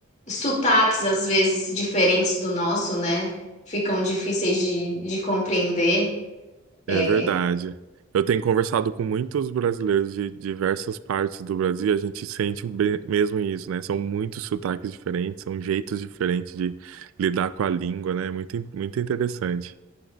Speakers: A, on the left (about 35°); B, on the right (about 85°).
A: sotaques, às vezes, diferentes do nosso, né? Ficam difíceis de, de compreender.
B: é
A: É,
B: verdade. Eu tenho conversado com muitos brasileiros de diversas partes do Brasil, e a gente sente um be- mesmo isso, né? São muitos sotaques diferentes, são jeitos diferentes de lidar com a língua, né? Muito, in- muito interessante.